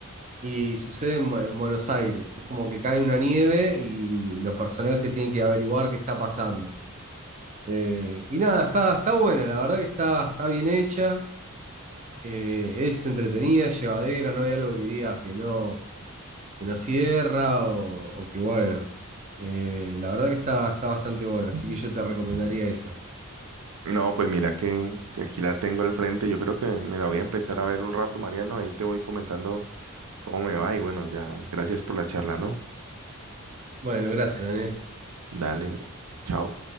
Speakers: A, on the right; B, on the right.
A: Y sucede en, Bu- en Buenos Aires. Es como que cae una nieve y los personajes tienen que averiguar qué está pasando. Eh, y nada, está, está buena, la verdad que está, está bien hecha, eh, es entretenida, llevadera, no hay algo que digas que no, que no cierra o, o que bueno. Eh, la verdad que está, está bastante buena, así que yo te recomendaría esa.
B: No, pues mira que, que aquí la tengo al frente. Yo creo que me la voy a empezar a ver un rato, Mariano. Ahí te voy comentando cómo me va. Y bueno, ya, gracias por la charla, ¿no?
A: Bueno, gracias, Daniel.
B: Dale, chao.